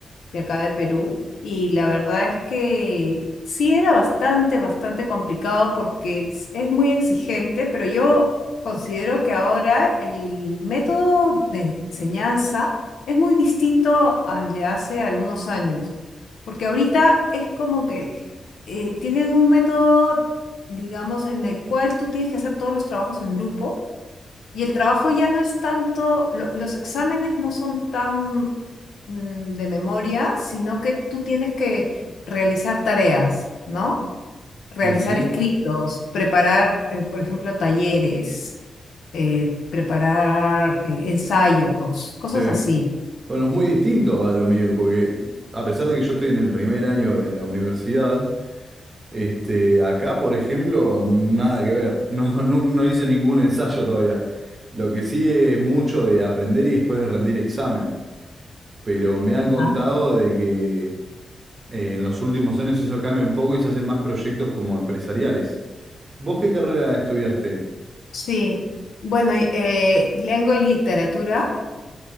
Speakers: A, on the left; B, on the right.
A: de acá de Perú. Y la verdad es que sí era bastante, bastante complicado porque es, es muy exigente, pero yo considero que ahora el método de enseñanza es muy distinto al de hace algunos años, porque ahorita es como que eh, tienen un método, digamos, en el cual tú tienes que hacer todos los trabajos en grupo y el trabajo ya no es tanto, lo- los exámenes no son tan mm, de memoria, sino que tú tienes que realizar tareas, ¿no? Realizar
B: Ah, sí.
A: escritos, preparar, eh, por ejemplo, talleres, eh, preparar eh, ensayos, cosas
B: Sí.
A: así.
B: Bueno, es muy distinto a lo mío, porque a pesar de que yo estoy en el primer año de la universidad, este, acá, por ejemplo, nada que ver. <laughs> No, no, no hice ningún ensayo todavía. Lo que sí es mucho de aprender y después de rendir examen. Pero me han contado
A: Ah,
B: de que eh, en los últimos años eso cambia un poco y se hacen más proyectos como empresariales. ¿Vos qué carrera estudiaste?
A: Sí, bueno, y, eh, lengua y literatura.